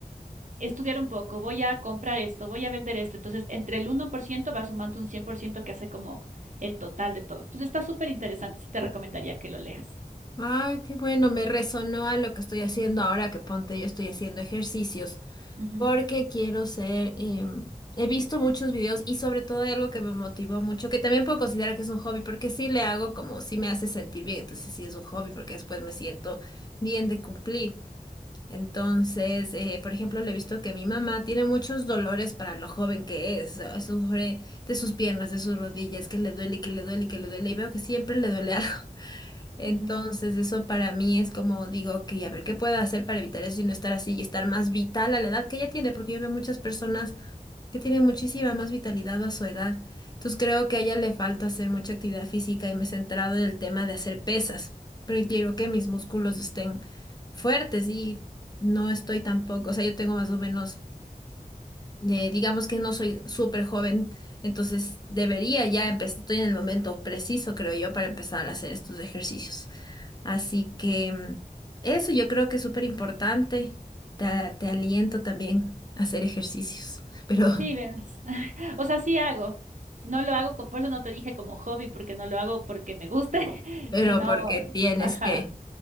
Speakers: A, on the right; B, on the left.
A: estudiar un poco, voy a comprar esto, voy a vender esto. Entonces, entre el uno por ciento va sumando un 100% que hace como el total de todo. Entonces, está súper interesante. Sí, te recomendaría que lo leas.
B: Ay, qué bueno, me resonó a lo que estoy haciendo ahora que ponte, yo estoy haciendo ejercicios
A: Ujú,
B: porque quiero ser, em, he visto muchos videos y sobre todo hay algo que me motivó mucho, que también puedo considerar que es un hobby porque sí le hago como sí me hace sentir bien, entonces sí es un hobby porque después me siento bien de cumplir. Entonces, eh, por ejemplo, le he visto que mi mamá tiene muchos dolores para lo joven que es, eh, sufre de sus piernas, de sus rodillas, que le duele, que le duele, que le duele y veo que siempre le duele <laughs> algo. Entonces,
A: ujú.
B: eso para mí es como digo, que a ver, ¿qué puedo hacer para evitar eso y no estar así y estar más vital a la edad que ella tiene? Porque yo veo muchas personas que tienen muchísima más vitalidad a su edad. Entonces, creo que a ella le falta hacer mucha actividad física y me he centrado en el tema de hacer pesas, porque quiero que mis músculos estén fuertes y no estoy tampoco, o sea, yo tengo más o menos, eh, digamos que no soy súper joven, entonces debería ya empezar, estoy en el momento preciso, creo yo, para empezar a hacer estos ejercicios. Así que mm, eso yo creo que es súper importante. Te, te aliento también a hacer ejercicios, <laughs> pero,
A: Sí, verás. <laughs> O sea, sí hago. No lo hago, con- por eso no te dije como hobby, porque no lo hago porque me guste, <laughs>
B: pero
A: sino,
B: porque tienes
A: ajá,
B: que.